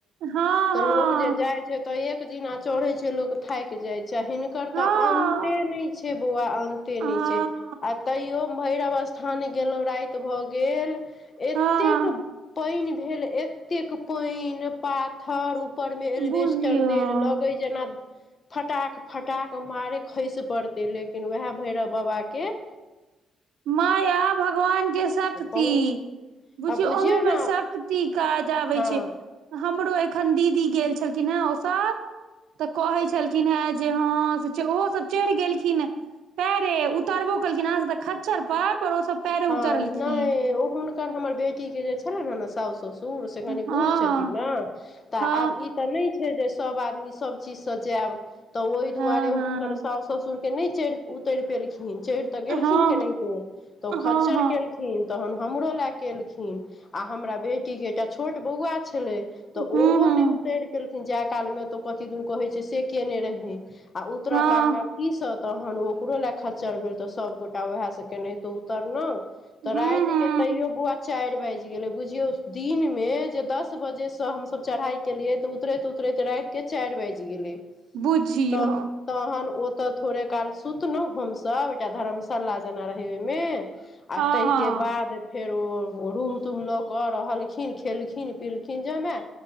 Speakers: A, on the right; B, on the left.
A: हँ
B: तऽ
A: हँ
B: लोक जे जाय छै तऽ एक दिना चढ़े छै लोक थाकि जाय छै हिनकर
A: हँ
B: तऽ अन्ते नहि छै बौआ अन्ते
A: हँ
B: नहि छै आ तैयो भैरव स्थान गेलहु राति भऽ गेल एतेक
A: हँ
B: पइन भेल एतेक पाइन पाथर ऊपर मे एलबेस्टर
A: बुझियौ
B: देलक म <inaudible> फटाक फटाकऽ मारय खसि पड़तै लेकिन उएह भैरव बाबाके <inaudible>
A: माँ या भगवान के शक्ति
B: पहुँच
A: बुझियौ
B: आ
A: अहुमे
B: ने
A: शक्ति काज आबै
B: हँ
A: छै हमरो एखन दीदी गेल छलखिन हँ ओ सब तऽ कहै छलखिन हेँ जे हँ से ओहोसभ चढ़ि गेलखिन पैरे उतरबो कलखिन अहाँ सभ तऽ खच्चर पर सब पैरे
B: हँ
A: उतरलखिन
B: नहि ओ हुनकर हमर बेटी के जे छलनि ने ने साउस ससु दूर से कनि
A: हँ
B: बूढ़ छथिन न तऽ
A: हँ
B: आब ई तऽ नहि छै जे सब आदमी सब चीज से जायब तऽ ओहि
A: हँ
B: दुआरे
A: हँ हँ
B: हुनक सास ससुर के नहि चढ़ उतरि पेलखिन चढ़ तऽ गेलखिन
A: हँ
B: केनाहितो तऽ ओ
A: हँ
B: खच्चर
A: हूँ
B: केलखिन तहन हमरो लयके एलखिन आ हमरा बेटी के एकटा छोट बौआ छै छलै तऽ
A: हूँ
B: ओहो नहि उतरि पेलखिन जाय कालमे तऽ कथी दन कहै छै से केयने रहय आ उतरय
A: हँ
B: काल मे आब की सब तहन ओकरो ले खच्चर भेल तऽ सभ गोटा वएह से केनाहितो उतरलौं तऽ
A: हूँ
B: राति
A: हूँ
B: के तैयो बुआ चारि बाजि गेलै बुझियौ दिन मे जे दस बजे से हमस चढ़ाई केलियै तऽ उतरैत उतरै त राति के चारि बाजि गेलय
A: बुझियौ
B: तऽ तहन ओ तऽ थोड़े काल सुतलहु हमसभ एकटा धर्मशाला जेना रहय ओहिमे आ
A: हँ
B: ताहिके
A: हँ
B: बाद फेर रूम तूम लऽ कऽ रहलखिन खेलखिन पिलखिन जमाय